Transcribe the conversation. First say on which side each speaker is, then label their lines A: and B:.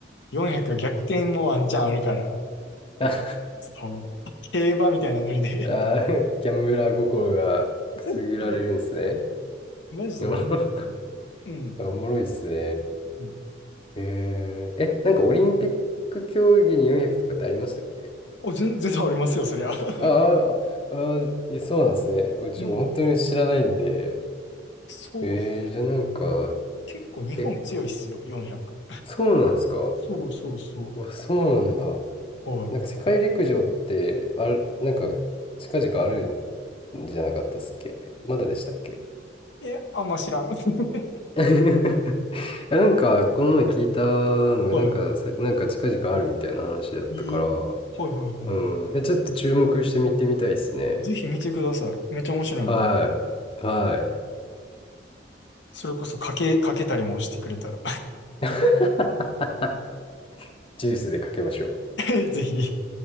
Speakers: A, on the left; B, on the left.
A: 400は逆転もワンチャンあるから、
B: <laughs>
A: そう、競馬みたいなノリで
B: ああー、ギャンブラー心がくすぐられるんですね。
A: <laughs> マジで思うんですよ。
B: <laughs>
A: うん。
B: おもろいっすね。
A: うん。
B: えー、え、なんかオリンピック競技に400とかってありましたっけ
A: お、全全然ありますよ、そりゃ。<laughs>
B: ああ、ああ、え、そうなんですね。うち本当に知らないんで。
A: うんうん。そうっす。
B: えー、じゃあなんか、
A: 結構日本強いっすよ、
B: え、
A: 400。
B: そうなんですか。
A: そうそうそ
B: うわ、そうなんだ。
A: う。は
B: なんか世界陸上って、ある、なんか近々あるんじゃなかったっすっけまだでしたっけ
A: い。え、あんま知らん。<laughs>
B: <laughs> いやなんか、この前聞いたのが、
A: は
B: なんかさ、なんか近々あるみたいな話だったから、
A: い。えー、はいはいはい。
B: うん。え、ちょっと注目して見てみたいですね。
A: あ、ぜひ見てください。めっちゃ面白いんで。
B: はい。はい。
A: それこそかけ、かけたりもしてくれたら。
B: <laughs> ジュースでかけましょう。
A: <laughs> ぜひ。